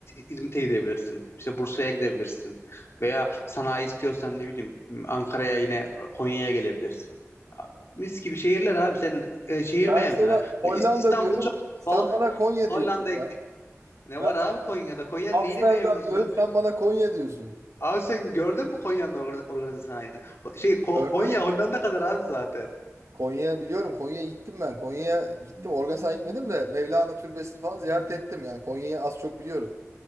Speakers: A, on the left; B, on the right.
A: İzmit'e gidebilirsin. İşte Bursa'ya gidebilirsin. Veya sanayi istiyorsan ne bileyim Ankara'ya yine Konya'ya gelebilirsin mis gibi şehirler abi. Sen e, şehir
B: Ben
A: beğenmiyorsun.
B: sana Hollanda
A: Ya İs- İstanbul
B: diyorum
A: çok
B: sen
A: balık.
B: bana Konya
A: Hollanda'ya
B: diyorsun ya.
A: gidiyor. Ne
B: Ben
A: var abi Konya'da? Konya'nın
B: Amsterdam
A: neyini beğenmiyorsun
B: diyorum
A: sen?
B: sen bana Konya diyorsun.
A: Abi sen gördün mü Konya'nın organi- organize sanayini? Ho- Şey Ko-
B: Gördün
A: Konya Hollanda kadar abi zaten.
B: Konya'ya biliyorum. Konya'ya gittim ben. Konya'ya gittim. Organ San'a gitmedim de Mevlana Türbesi'ni falan ziyaret ettim. Yani Konya'yı az çok biliyorum.